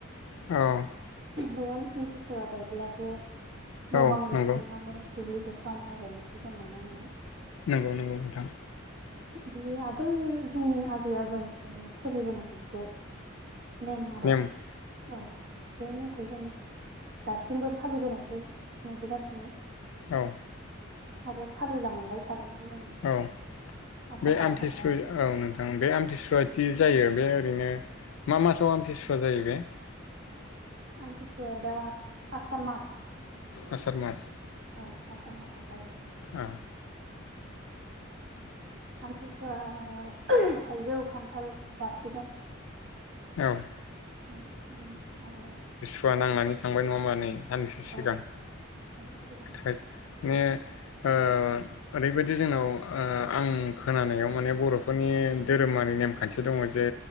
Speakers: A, on the left; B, on the right.
A: औ।
B: बे मिथिसुवा बायब्लासो न'
A: औ
B: बां
A: नंगौ
B: लिखांनानै दुब्लिखौ। फ्राव माइ गायनायखौ जों नुनो मोनो।
A: नंगौ नंगौ नोंथां।
B: बियो आगोल जोंनि आजै आजौनिफ्रायनो सोलिबोनाय मोनसे। मेम आरो
A: नेम
B: औ। बे नेमखौ जों दासिमबो फालिबोनायखौ नुबोगासिनो।
A: औ।
B: आरो फालिलांबाय थागोनखौ जों।
A: औ
B: आसा
A: बे
B: खालामहरो
A: आमथिसुवाया।
B: आरो
A: औ नोंथां बे आमथिसुवादि जायो बे ओरैनो मा मासाव आमथिसुवा जायो बे।
B: आमथिसुया दा आसार मास।
A: आसार मास
B: औ आसर मासाव जायो।
A: औ।
B: आमथिसुवायाव थाइजौ खान्थाल जासिगोन।
A: औ।
B: उम उम आरो।
A: फुवा नांनानै थांबाय नङा होनोमबा नै साननैसो सिगां
B: औ सानसे सिगां
A: माने। ओ। ओरैबायदि जोंनाव ओ आं खोनानायाव माने बर'फोरनि धोरोमारि नेमखान्थि दङ जे।